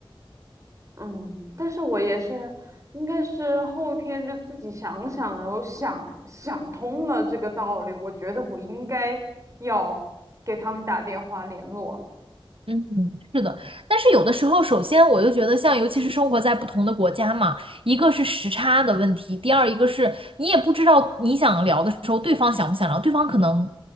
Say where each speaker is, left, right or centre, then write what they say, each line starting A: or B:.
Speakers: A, on the right (about 35°); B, on the right (about 75°).
A: 嗯，但是我也是，应该是后天就自己想想，然后想想通了这个道理，我觉得我应该要给他们打电话联络。
B: 嗯嗯是的，但是有的时候，首先我就觉得，像尤其是生活在不同的国家嘛，一个是时差的问题，第二一个是你也不知道你想聊的时候，对方想不想聊，对方可能